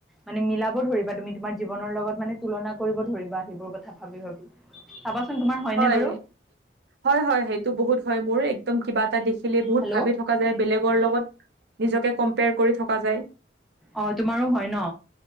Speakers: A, in the centre; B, on the right.
A: মানে মিলাব ধৰিবা তুমি তোমাৰ জীৱনৰ লগত মানে তুলনা কৰিব ধৰিবা, সেইবোৰ কথা ভাবি ভাবি। চাবাচোন তোমাৰ হয়নে
B: হয়।
A: বাৰু?
B: হয় হয়। সেইটো বহুত হয়, মোৰ একদম কিবা এটা দেখিলে বহুত
A: হেল্ল'
B: ভাবি থক থকা যায়, বেলেগৰ লগত নিজকে কম্পেয়াৰ কৰি থকা যায়।
A: অঁ তোমাৰো হয় ন?